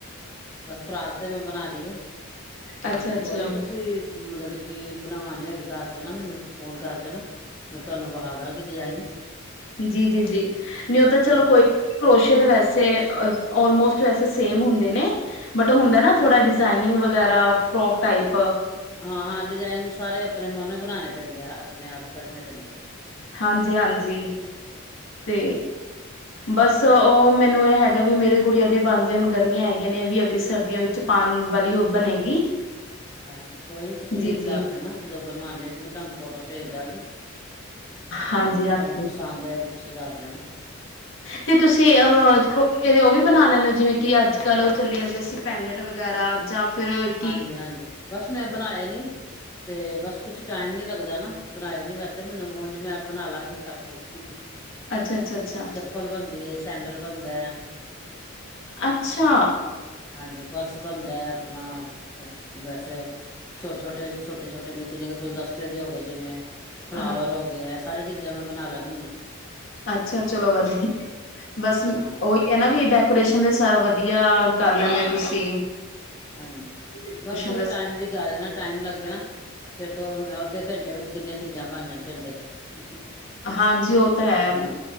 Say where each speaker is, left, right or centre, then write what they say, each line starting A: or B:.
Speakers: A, on the left; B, on the left.
A: ਬਸ ਫਰਾਕ ਤੇ ਮੈਂ ਬਣਾ ਲਈ ਆ ਤੇ
B: ਅੱਛਾ ਅੱਛਾ
A: ਕੋਈ ਨੀ ਤੁਸੀਂ ਮਤਲਬ ਕੀ ਬਣਾਵ ਨੀ ਹੋ ਦੱਸ ਦਿ ਨਾ ਮੈਨੂੰ ਫੋਨ ਕਰਦੇ ਨਾ, ਮੈਂ ਤੁਹਾਨੂੰ ਵਖਾ ਦਾਂਗੀ ਡਿਜ਼ਾਇਨ
B: ਜੀ-ਜੀ-ਜੀ ਨਹੀਂ ਉਹ ਤਾਂ ਚਲੋ
A: ਤੇ
B: ਕੋਈ ਕਰੋਸ਼ੇ ਦੇ ਵੈਸੇ ਅਲਮੋਸਟ ਵੈਸੇ ਸੇਮ ਹੁੰਦੇ ਨੇ। ਬਟ ਉਹ ਹੁੰਦਾ ਨਾ ਥੋੜਾ ਡਿਜ਼ਾਇਨਿੰਗ ਵਗੈਰਾ ਫਰੋਕ ਟਾਈਪ
A: ਹਾਂ-ਹਾਂ ਡਿਜ਼ਾਇਨ ਸਾਰੇ ਆਪਣੇ ਮਨੋ ਹੀ ਬਣਾਉਣੇ ਪੈਂਦੇ ਆ ਆਪਣੇ ਆਪ ਹੀ ਕੱਢਣੇ ਪੈਂਦੇ ਆ।
B: ਹਾਂਜੀ-ਹਾਂਜੀ ਤੇ ਬਸ ਉਹ ਮੈਨੂੰ ਇਹ ਹੈਗਾ ਵੀ ਮੇਰੇ ਗੁੜੀਆਂ ਦੇ ਬਣ ਜੇ ਹੁਣ ਗਰਮੀਆਂ ਹੈਗੀਆਂ ਨੇ ਵੀ ਅਗਲੀ ਸਰਦੀਆਂ ਵਿੱਚ ਪਾਉਣ ਵਾਲੀ ਉਹ ਬਣੇਗੀ
A: ਹਾਂਜੀ ਕੋਈ ਨੀ ਤੁਸੀਂ
B: ਜੀ ਜੀ
A: ਦੱਸ ਦਿਣਾ ਜਦੋਂ ਬਣਵਾਨੀ ਹੋਗੀ ਮੈਂ ਤੁਹਾਨੂੰ ਫੋਟੋ ਭੇਜ ਦਾਂਗੀ ਤੇ
B: ਹਾਂਜੀ ਹਾਂਜੀ
A: ਤੁਹਾਨੂੰ ਪਸੰਦ ਹੈ ਕਿ ਤੁਸੀਂ ਦੱਸਦੇ ਨਾ
B: ਤੇ ਤੁਸੀਂ ਕਿ ਉਹ ਵੀ ਬਣਾ ਲੈਂਦੇ ਹੋ ਜਿਵੇਂ ਕਿ ਅੱਜ ਕੱਲ੍ਹ ਉਹ ਚੱਲੀ ਜਾਂਦੇ ਸੀ। ਪੈਨਟ ਵਗੈਰਾ ਜਾਂ ਫਿਰ ਕੀ
A: ਹਾਂਜੀ ਹਾਂਜੀ ਬੱਸ ਮੈਂ ਬਣਾਇਆ ਨਹੀਂ, ਤੇ ਬੱਸ ਕੁਛ ਟਾਈਮ ਨੀ ਲੱਗਦਾ ਨਾ ਬਣਾਏ ਨੀ ਵੈਸੇ ਮੈਨੂੰ ਉਂਝ ਮੈਂ ਬਣਾ ਲਾਂਗੀ ਆਪੇ <inaudible>
B: ਅੱਛਾ ਅੱਛਾ ਅੱਛਾ
A: ਚਪਲ ਬਣਦੀ ਸੈਂਡਲ ਬਣਦਾ ਐ।
B: ਅੱਛਾ,
A: ਹਾਂਜੀ ਪਰਸ ਬਣਦਾ ਆਪਣਾ ਵੈਸੇ ਛੋਟੇ-ਛੋਟੇ-ਛੋਟੇ-ਛੋ ਨਿੱਕੇ -ਨਿੱਕੇ ਗੁਲਦਸਤੇ ਜ ਹੋ ਗਏ ਜਿਵੇਂ ਫਲਾਵਰ
B: ਹਾਂ
A: ਹੋ ਗਏ ਆ ਸਾਰੇ ਚੀਜ਼ਾਂ ਮੈਂ ਬਣਾ ਲੈਂਦੀ ਆਂ।
B: ਅੱਛਾ ਚਲੋ ਵਧੀਆ ਬਸ ਉਹੀ
A: ਹਾਂ,
B: ਹੈ ਨਾ ਵੀ ਏਦਾਂ ਪਰੇਸ਼ਨ ਤੇ ਸਾਰਾ ਵਧੀਆ ਕਰ ਲੈਂਦੇ ਤੁਸੀਂ
A: ਹਾਂਜੀ
B: ਡੈਕੋਰੇਸ਼ਨ
A: ਬਸ
B: ਦਾ
A: ਟਾਈਮ ਦੀ ਗੱਲ ਹੈ ਨਾ ਟਾਈਮ ਲੱਗੇ ਨਾ। ਫਿਰ ਤੋਂ ਅੱਧੇ ਘੰਟੇ ਵਿੱਚ ਕਿੰਨੀਆਂ ਚੀਜ਼ਾਂ ਬਣ ਜਾਣ ਘੰਟੇ 'ਚ <inaudible>
B: ਹਾਂਜੀ ਉਹ ਤਾਂ ਹੈ
A: ਹਾਂ,